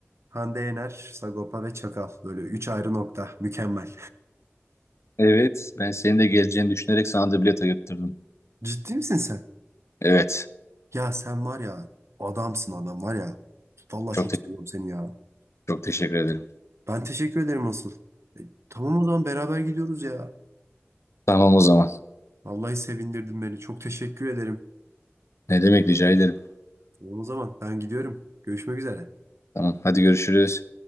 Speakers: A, on the right; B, on the left.
A: Hande Yener, Sagopa ve Çakal. Böyle üç ayrı nokta. Mükemmel.
B: Evet. Ben senin de geleceğini düşünerek sana da bilet ayırttırdım.
A: <laughs> Ciddi misin sen?
B: Evet.
A: Ya sen var ya adamsın adam var ya. Vallahi
B: Çok,
A: çok
B: te-
A: seviyorum seni ya.
B: çok teşekkür ederim.
A: Ben teşekkür ederim asıl. E, tamam o zaman beraber gidiyoruz ya.
B: Tamam o zaman.
A: Vallahi sevindirdin beni. Çok teşekkür ederim.
B: Ne demek rica ederim.
A: Tamam o zaman ben gidiyorum. Görüşmek üzere.
B: Tamam hadi görüşürüz.